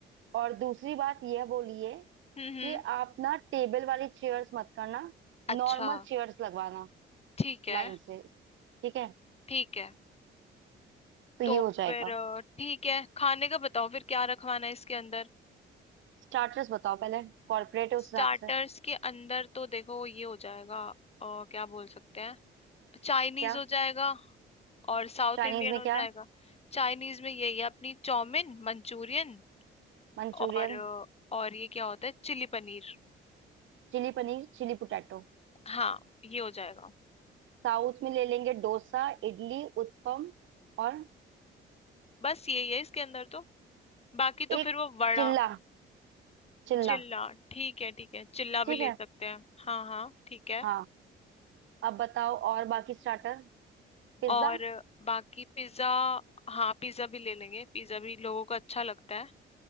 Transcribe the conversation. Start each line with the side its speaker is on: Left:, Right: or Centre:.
Right: और दूसरी बात यह बोली है
Left: हम्म हम्म
Right: कि आप ना टेबल वाली चेयर्स मत करना नॉर्मल
Left: अच्छा
Right: चेयर्स लगवाना
Left: ठीक है
Right: लाइन से ठीक है
Left: ठीक है
Right: तो ये
Left: तो
Right: हो
Left: फिर
Right: जाएगा
Left: अ, ठीक है खाने का बताओ फिर क्या रखवाना है इसके अंदर
Right: स्टार्टर्स बताओ पहले कॉर्पोरेट है
Left: स्टार्टर्स
Right: उस हिसाब से
Left: के अंदर तो देखो ये हो जाएगा अ, क्या बोल सकते हैं चाइनीज
Right: क्या
Left: हो जाएगा और साउथ
Right: चाइनीज
Left: इंडियन
Right: में
Left: हो
Right: क्या
Left: जाएगा चाइनीज में यही है अपनी चाउमीन मंचूरियन
Right: Manchurian
Left: और अ, और ये क्या होता है चिली पनीर
Right: chilli paneer chilli potato
Left: हाँ ये हो जाएगा
Right: South में ले लेंगे डोसा इडली उत्पम और
Left: बस यही है इसके अंदर तो बाकी तो
Right: एक
Left: फिर वो वड़ा
Right: चिल्ला चिल्ला
Left: चिल्ला ठीक है ठीक है चिल्ला भी
Right: ठीक
Left: ले
Right: है
Left: सकते हैं हाँ हाँ ठीक है
Right: हाँ अब बताओ और बाकी स्टार्टर पिज्जा
Left: और बाकी पिज्जा हाँ पिज्जा भी ले लेंगे पिज्जा भी लोगों को अच्छा लगता है